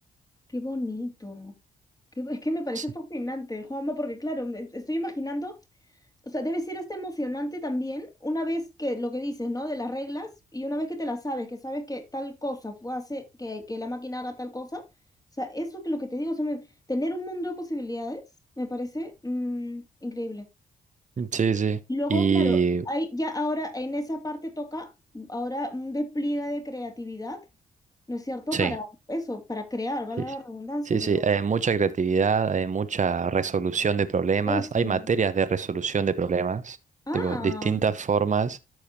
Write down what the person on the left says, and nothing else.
qué bonito. Qué bo- es que me parece
fascinante, Juanma, porque claro, me estoy imaginando, o sea, debe ser hasta emocionante también una vez que lo que dices, ¿no? De las reglas y una vez que te las sabes, que sabes que tal cosa fue- hace que, que la máquina haga tal cosa. O sea, eso que lo que te digo, o sea, me- tener un mundo de posibilidades me parece mm, increíble.
Luego,
claro, hay ya ahora en esa parte toca ahora un despliegue de creatividad, ¿no es cierto?
Para eso, para crear, vale
la redundancia,
pero
eso.
Ah,